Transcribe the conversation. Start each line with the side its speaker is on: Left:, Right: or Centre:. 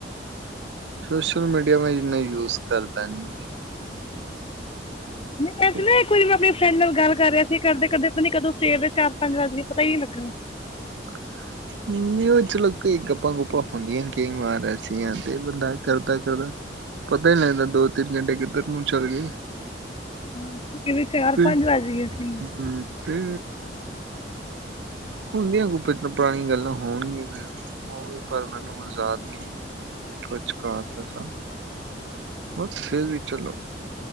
Right: ਸੋਸ਼ਲ ਮੀਡੀਆ ਮੈਂ ਇੰਨਾ ਯੂਜ ਕਰਦਾ ਨੀ
Left: ਪੈਸੇ
Right: ਤੇ
Left: ਨਾ ਕੋਈ ਆਪਣੇ ਫਰੈਂਡ ਨਾਲ ਗੱਲ ਕਰ ਰਿਹਾ ਸੀ ਕਰਦੇ ਕਰਦੇ ਪਤਾ ਨ ਕਦੋਂ ਸਵੇਰ ਦੇ ਚਾਰ ਪੰਜ ਵੱਜਈ ਪਤਾ ਹੀ ਨੀਲੱਗਾ
Right: <inaudible> ਉਹ ਚਲੋ ਕਈ ਗੱਪਾਂ ਗੁੱਪਾਂ ਹੁੰਦੀਆਂ ਨੇ ਕਈ ਮਾਰ ਸੀ ਤੇ ਬੰਦਾ ਕਰਦਾ ਕਰਦਾ ਪਤਾ ਹੀ ਲੱਗਦਾ, ਦੋ- ਤਿੰਨ ਘੰਟੇ ਕਿੱਧਰ ਨੂੰ ਚੱਲ ਗਏ
Left: ਸਵੇਰ ਦੇ ਚਾਰ
Right: ਤੇ,
Left: ਪੰਜ ਵੱਜ ਗਏ ਸੀ ਮੈਂ
Right: ਹਮ, ਤੇ ਹੁੰਦੀਆਂ, ਪਹਿਲਾ ਪੁਰਾਣੀਆਂ ਗੱਲਾਂ ਹੋਣਗੀਆਂ ਤੇ ਹੋ ਵੀ, ਪਰ ਮੈਨੂੰ ਹੁਣ ਯਾਦ ਨਹੀਂ ਹੈ ਕੁਛ ਖਾਸ ਐਸਾ, ਬਸ, ਫਿਰ ਵੀ ਚਲੋ